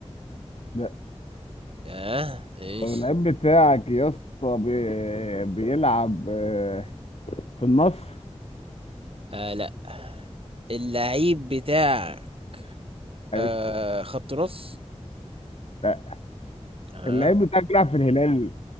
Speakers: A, on the left; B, on the right.
A: لا
B: اه ايش
A: طب اللعيب بتاعك يا اسطى بي- بيلعب آه في النصر
B: آه لا اللعيب بتاعك
A: عرفته
B: آه خط نص
A: لا
B: اه
A: اللعيب بتاعك بيلعب في الهلال